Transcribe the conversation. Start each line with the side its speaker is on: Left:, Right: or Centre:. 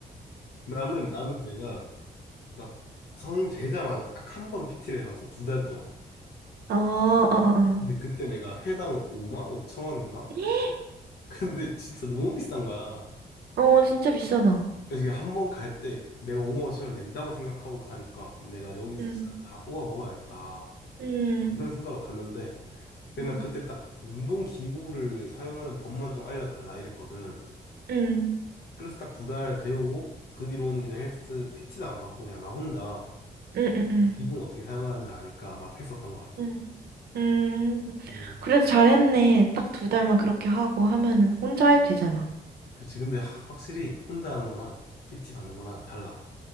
Left: 나는, 나는 내가, 나 성인 되자마자 딱 한 번 PT를 해봤어. 두 달 동안.
Right: 어, 어, 어, 어.
Left: 근데 그때 내가 회당 5만 5천 원인가?
Right: <gasps>
Left: <laughs> 근데 진짜 너무 비싼 거야.
Right: 어, 진짜 비싸다.
Left: 그래서 이게 한 번 갈 때 내가 옹호 5천을 낸다고 생각하고 가니까 내가 여기서
Right: 음,
Left: 진짜 다 뽑아 먹어야겠다.
Right: 음,
Left: 이런 생각으로 갔는데 그냥
Right: 음,
Left: 그때 딱 운동 기구를 사용하는 법만 좀 알려달라 이랬거든.
Right: 음,
Left: 그래서 딱 두 달 배우고 그 뒤로는 그냥 헬스 PT도 안 받고 그냥 나 혼자
Right: 음, 음, 음.
Left: 그 기구는 어떻게 사용하는지 아니까 막 했었던 것 같아.
Right: 음, 음.
Left: 음,
Right: 그래도 잘했네. 딱 두 달만 그렇게 하고 하면은 혼자 해도 되잖아.
Left: 그치. 근데 하- 확실히 혼자 하는 거랑 PT 받는 거랑 달라.